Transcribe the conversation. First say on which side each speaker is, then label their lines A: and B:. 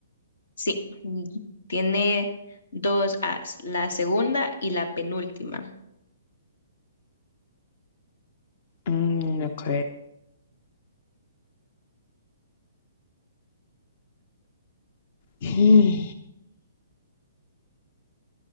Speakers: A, on the left (about 70°); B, on the left (about 50°).
A: Sí, y tiene dos As, la segunda y la penúltima.
B: Mm, ok. Mm.